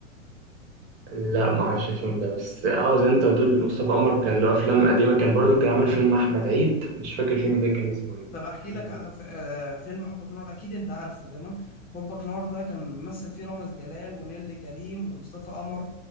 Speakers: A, on the right (about 55°); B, on the left (about 25°).
A: لا ما اعرفش الفيلم ده بس اه زي انت بتقول مصطفى قمر كان له افلام قديمه كان برضو كان عامل فيلم مع احمد عيد مش فاكر الفيلم ده كان اسمه ايه
B: طب احكي
A: حلو
B: لك
A: برضو.
B: على ف- آه، فيلم حبك نور اكيد انت عارفه تمام حبك نور ده كان ممثل فيه رامز جلال ونيلي كريم ومصطفى قمر